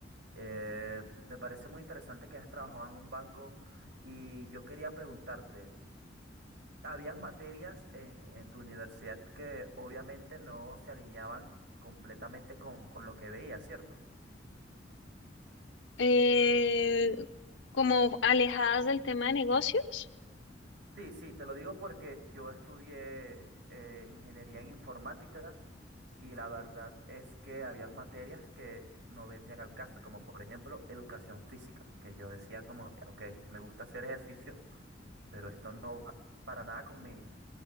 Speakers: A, on the right; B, on the left.
A: Eh, me parece muy interesante que has trabajado en un banco y yo quería preguntarte habían materias en, en tu universidad que obviamente no se alineaban completamente con, con lo que veías, ¿cierto?
B: Eh, como alejadas del tema de negocios,
A: Sí, sí, te lo digo porque yo estudié eh, ingeniería en informática y la verdad es que habían materias que no venían al caso, como por ejemplo educación física, que yo decía como, que, ok, me gusta hacer ejercicio, pero esto no va para nada con mi,